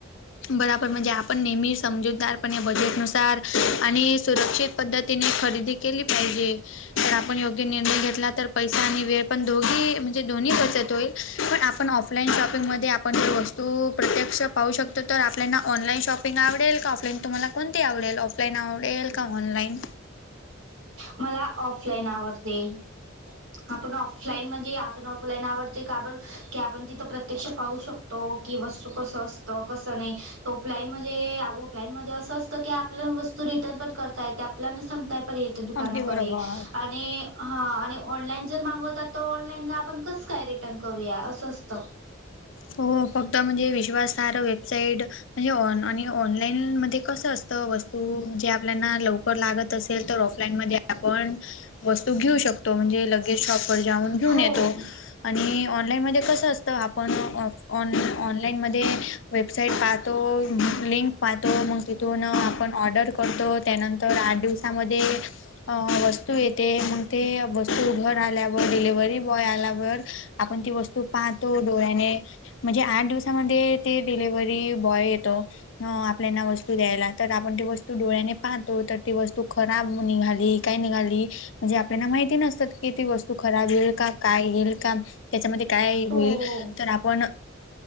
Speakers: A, on the left (about 70°); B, on the right (about 85°).
A: बराबर म्हणजे आपण नेहमी समजूतदारपणे या बजेटनुसार आणि सुरक्षित पद्धत तानी खरेदी केली पाहिजे तर आपण योग्य निर्णय घेतला तर पैसा आणि वेळ पण दोघी म्हणजे दोन्ही बचत होईल पण आपण ऑफलाईन शॉपिंग म आपण वस्तू प्रत्यक्ष पाहू शकतो तर आपल्याना ऑनलाईन शॉपिंग आवडेल का ऑफलान तुमला कोणती आवडेल ऑफलाईन आवडेल का ऑनलाईन
B: मला ऑफलाईन आवडते आपण ऑफलाईन म्हण आपण फुलाईन आवडते काब की आपण तिथं प्रत्यक्ष पाहू शकतो की वस्तू कसं असत त कस नाही ऑफलाईन मण ऑफलाईन म्हणजे असं असतं की आपल्या वस्तू रिटर्नण करताय ते आपल्या सांगताय पण दुकानाकडे
A: अगदी बरोबर.
B: आणि.. हा आणि ऑनलाईन जर मागवतात. तर ऑनलाईनला आपण कसं काय रिटर्न करूया असं असतं
A: हो. फक्त म्हणजे विश्वासार वेबसाईट म्हणजे ऑ ऑनलाईन मध्ये कस असतं वस्तू जे आपल्या लव.. लागत असेल. तर ऑफलाईन म आपण वस्तू घेऊ शकतो. म्हणजे लगेज शॉप व जाऊन घेऊन
B: हो
A: येतो. आणि ऑनलाईन मध्ये कसं असतं आप.. पण ऑ ऑन ऑनलाईनमध्ये वेबसाईट पाहतो. लिंक पाहतो मग तिथून आपण ऑर्डर करतो. त्यानंतर आठ दिवसामध्ये अ वस्तू येते मग ते वस्तू घर आल्यावर डिलिव्हरी बॉय आल्यावर, आपण ती वस्तू पाहतो. म्हणजे आट दिवसांमधे डिलेवरी बाय येतो वू द्यायला तर आपण ती वस्तू डोळ्याने पाहतो तर ती वस्तू खराब निघाली. काय निघाली म्हणजे आपल्याला माहिती नसतात. की ती वस्तू खराब येईल का काय येईल का? त्याच्यामध्ये काय
B: हो
A: होईल?
B: हो
A: तर आपण